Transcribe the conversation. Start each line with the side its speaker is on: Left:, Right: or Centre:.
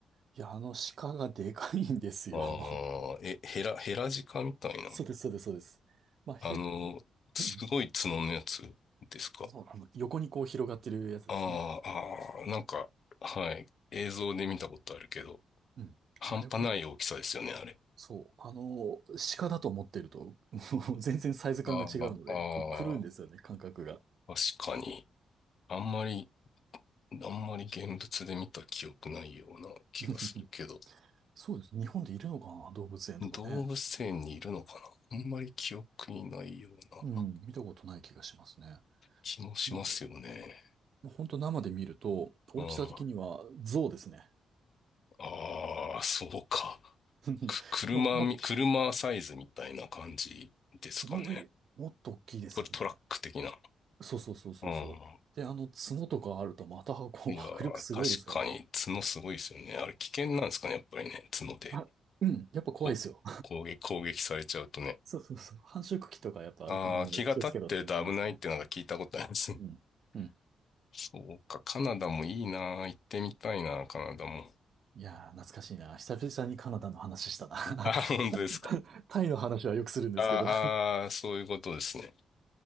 Right: いや、あの鹿がでかいんですよ。
Left: ああ、
Right: <laughs>
Left: え、ヘラ、ヘラジカみたいな。
Right: そうです、そうです、そうです。まあ、
Left: あの、
Right: へ、
Left: すごい角のやつですか。
Right: うん、そう、あの、横にこう広がってるやつですね。
Left: ああ、ああ、なんか、はい。映像で見たことあるけど、
Right: うん。
Left: 半端ない大きさですよね、
Right: あれほん、
Left: あれ。
Right: そう、あの、鹿だと思ってると、<laughs> もう全然サイズ感が違うので、
Left: ああ、
Right: こう狂うんですよね、
Left: あ
Right: 感覚が。
Left: あ、確かに。あんまり、あんまり現物で見た記憶ないような気がするけど、
Right: <laughs> そうです。日本でいるのかな、動物園とかね。
Left: 動物園にいるのかなあんまり記憶にないような
Right: うん、見たことない気がしますね。
Left: 気もしますよね。
Right: もう、もう本当生で見ると、大きさ的には象ですね。
Left: うん。ああ、そうか。
Right: <laughs>
Left: く、車み、
Right: まあ、も、
Left: 車サイズみたいな感じですかね。
Right: も、もっと大きいですよね。
Left: ト、トラック的な。
Right: そうそうそうそうそう。
Left: うん。
Right: で、あの、角とかあるとまた、こう、
Left: いやー、
Right: <laughs> 迫力すごいですからね。
Left: 確かに角すごいですよね。あれ危険なんですかね、やっぱりね、角で。
Right: あ、うん、やっぱ怖いですよ。
Left: こう、攻撃、攻撃されちゃうとね。
Right: <laughs> そうそうそう。繁殖期とかやっぱ、
Left: ああ、
Right: あの、
Left: 気が立ってると危ないってなんか聞いたことありますね。
Right: 気をつけろって言いますね。うん。うん。
Left: <laughs> そうか、カナダもいいなー、行ってみたいなー、カナダも。
Right: いやー、懐かしいな。久々にカナダの話したな。
Left: いあー、<laughs> 本当ですか。
Right: <laughs> タイの話はよくするんですけど。
Left: あーあそういうことですね。
Right: い